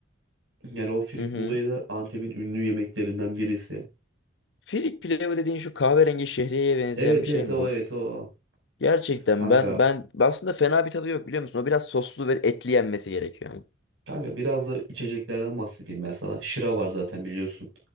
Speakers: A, on the right (about 75°); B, on the left (about 60°).
A: Yani o firik
B: Hı hı.
A: buğdayı da Antep'in ünlü yemeklerinden birisi.
B: Firik pilavı dediğin şu kahverengi şehriyeye benzeyen
A: Evet
B: bir
A: evet
B: şey mi
A: o
B: bu?
A: evet o.
B: Gerçekten
A: Kanka,
B: ben ben aslında fena bir tadı yok biliyor musun? O biraz soslu ve etli yenmesi gerekiyor.
A: kanka biraz da içeceklerden bahsedeyim ben sana. Şıra var zaten biliyorsun.